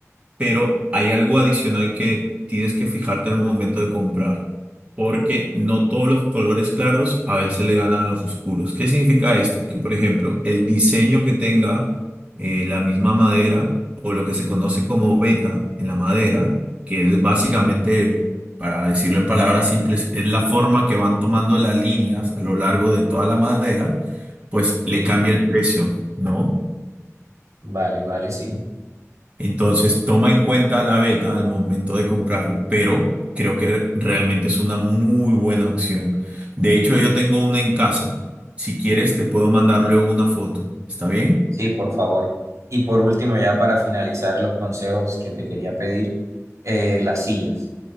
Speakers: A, on the right (about 20°); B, on the right (about 65°).
A: pero hay algo adicional que tienes que fijarte al momento de comprar, porque no todos los colores claros a veces le ganan a los oscuros. ¿Qué significa esto? Que, por ejemplo, el diseño que tenga eh, la misma madera o lo que se conoce como veta en la madera, que es básicamente,
B: Ujú.
A: para decirlo en palabras simples, es la forma que van tomando las líneas a lo largo de toda la madera, pues le
B: Sí.
A: cambia el precio, ¿no?
B: Vale, vale, sí.
A: Entonces, toma en cuenta la beta al momento de comprarlo, pero creo que realmente es una muy buena opción. De hecho, yo tengo una en casa. Si quieres, te puedo mandarle una foto. ¿Está bien?
B: Sí, por favor. Y por último, ya para finalizar los consejos que te quería pedir, eh, las sillas.